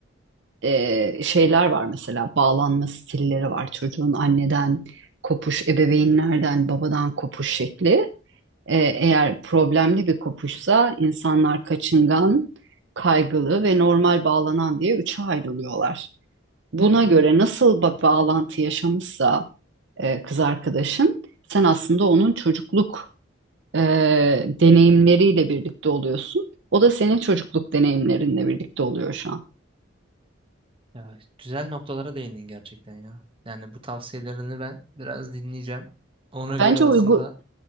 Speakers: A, on the right; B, on the right.
A: E, şeyler var mesela bağlanma stilleri var çocuğun anneden kopuş ebeveynlerden babadan kopuş şekli E, eğer problemli bir kopuşsa insanlar kaçıngan kaygılı ve normal bağlanan diye üçe ayrılıyorlar. Buna göre nasıl ba- bağlantı yaşamışsa e, kız arkadaşın. Sen aslında onun çocukluk e, deneyimleriyle birlikte oluyorsun. O da senin çocukluk deneyimlerinle birlikte oluyor şu an.
B: Ya güzel noktalara değindin gerçekten ya. Yani bu tavsiyelerini ben biraz dinleyeceğim. Ona
A: Bence
B: göre aslında
A: uygu